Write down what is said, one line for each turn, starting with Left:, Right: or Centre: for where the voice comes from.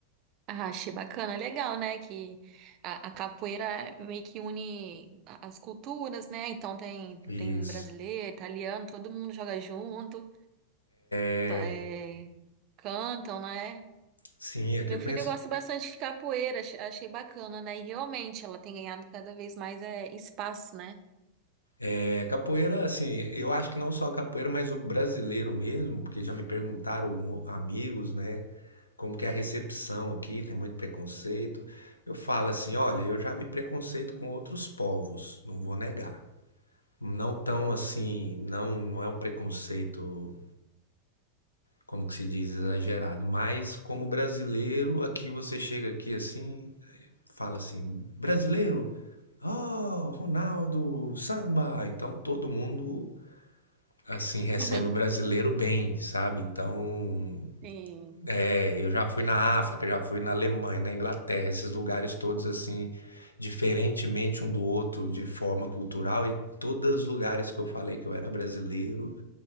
Right: Ah, achei bacana, legal, né? Que a, a capoeira meio que une a- as culturas, né? Então tem,
Left: Isso.
Right: tem brasileiro, italiano, todo mundo joga junto,
Left: é
Right: tá, é, cantam, né?
Left: Sim, é que
Right: Meu
Left: eu conheço.
Right: filho gosta bastante de capoeira, ach- achei bacana, né? E realmente ela tem ganhado cada vez mais é, espaço, né?
Left: É, capoeira, assim, eu acho que não só a capoeira, mas o brasileiro mesmo, porque já me perguntaram o- amigos, né, como que é a recepção aqui, tem muito preconceito. Eu falo assim, olha, eu já vi preconceito com outros povos, não vou negar. Não tão assim, não, não é um preconceito como que se diz, exagerado. Mas como brasileiro, aqui você chega aqui assim, fala assim, brasileiro, oh, Ronaldo, samba. Então todo mundo assim recebe
Right: <laughs>
Left: o brasileiro bem, sabe? Então,
Right: Sim.
Left: é, eu já fui na África, já fui na Alemanha, na Inglaterra, esses lugares todos assim, diferentemente um do outro de forma cultural e todos os lugares que eu falei que eu era brasileiro,